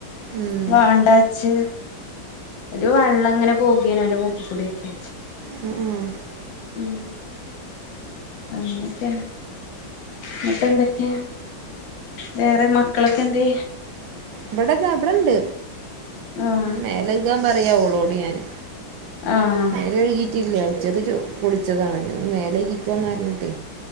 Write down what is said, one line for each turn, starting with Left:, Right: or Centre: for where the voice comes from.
Right: ഉം.
Left: വാണ്ടാച്ച് ഒരു വള്ളങ്ങനെ പോകേനു ഓന്റെ മൂക്കിൽ കൂടൊക്കെ
Right: ഉം, ഉം.
Left: ഉം അങ്ങനെക്കേണ് ന്നട്ടന്തൊക്കെ വേറെ മക്കളെക്കെന്തെയ്
Right: ഇബടെതാ ഇബട്ണ്ട്
Left: ആഹ്
Right: മേലെകാൻ പറയാ ഒളോട് ഞാന്
Left: ആഹ്
Right: മേലേഴ്കീറ്റില്ല്യാ ഉച്ചക്ക് ചോ കുളിച്ചതാണ് മേലകീറ്റ് വന്നാല്ങ്ങട്ടെ